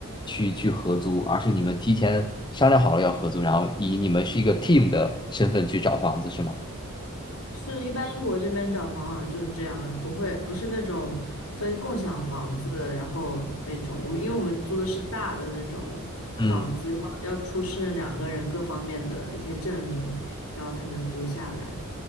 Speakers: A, on the left; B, on the left.
A: 去去合租，而是你们提前商量好了要合租，然后以你们是一个 team 的身份去找房子，是吗？
B: 是，一般英国这边找房好像就是这样啊，不会不是那种分共享房子，然后那种我们因为我们租的是大的那种房子，
A: 嗯。
B: 要要出示两个人各方面的一些证明，然后才能租下来。